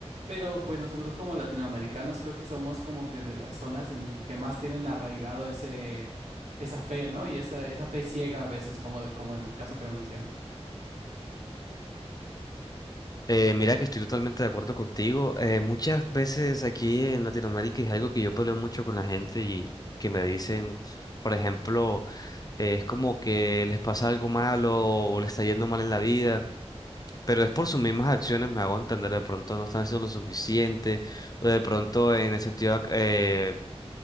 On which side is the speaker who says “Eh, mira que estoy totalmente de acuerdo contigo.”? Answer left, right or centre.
Left